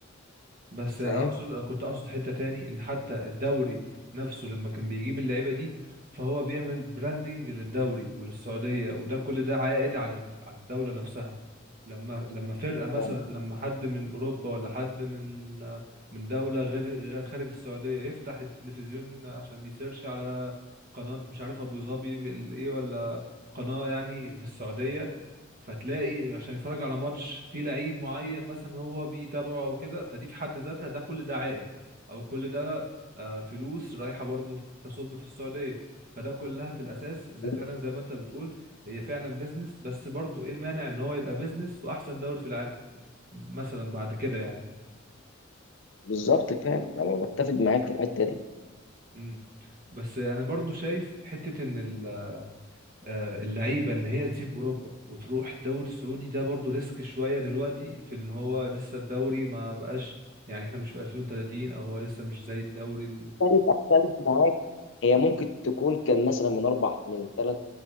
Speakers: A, on the right (about 45°); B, on the left (about 65°).
A: بس
B: انت
A: اقصد
B: فاهم؟
A: كنت اقصد حتة تاني ان حتى الدوري نفسه لما كان بيجيب اللعيبة دي فهو بيعمل براندنج للدوري وللسعودية وده كل ده عائد على على الدولة نفسها لما لما فرقة مثلا
B: ما
A: لما حد من اوروبا ولا حد من من دولة غير غير خارج السعودية يفتح التلفزيون عشان يسيرش على قناة مش عارف ابو ظبي ال- ايه ولا قناة يعني في السعودية فتلاقي عشان يتفرج على ماتش فيه لعيب معين مثلا هو بيتابعه او كده فدي في حد ذاتها ده كل ده عائد او كل ده آه، فلوس رايحه برضه في- تصب في السعوديه فده كلها في الاساس زي
B: هو-
A: فعلا زي ما انت بتقول هي فعلا بيزنس بس برضه ايه المانع ان هو يبقى بيزنس واحسن دوري في العالم مثلا بعد كده يعني
B: بالظبط فعلا انا متفق معاك في الحته دي
A: امم بس انا برضه شايف حته ان ال آه، اللعيبه ان هي تسيب اوروبا وتروح دوري سعودي ده برضو ريسك شويه دلوقتي في ان هو لسه الدوري ما بقاش يعني احنا مش في 2030 او هو لسه مش زي الدوري ال...
B: مختلف اختلف معاك هي ممكن تكون كان مثلا من اربع من ثلاث